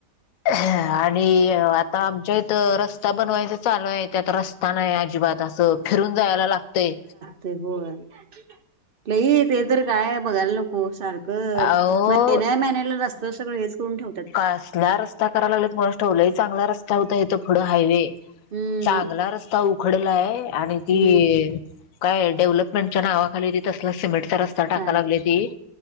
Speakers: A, on the left; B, on the right.
A: <inaudible> आणि आता आमच्या इथं रस्ता बनवायचा चालू आहे, त्यात रस्ता नाही अजिबात. तिथं असं फिरून जायाला लागतय.
B: ते होय <inaudible> लय ते तर काय बघायला नको सारखं
A: अहो
B: महिन्या -महिन्याला रस्ता सगळं हेच करून ठेवत्यात.
A: कसला रस्ता करालागलेत कुणास ठाऊक लय चांगला रस्ता होता, येत पुडं हायवे
B: हम्म
A: चांगला रस्ता उखडलाय आणि ती
B: हम्म
A: काय, डेव्हलपमेंटच्या नावाखाली ती तसला सिमेंटचा रस् स्ता टाका
B: काय
A: लागलेती,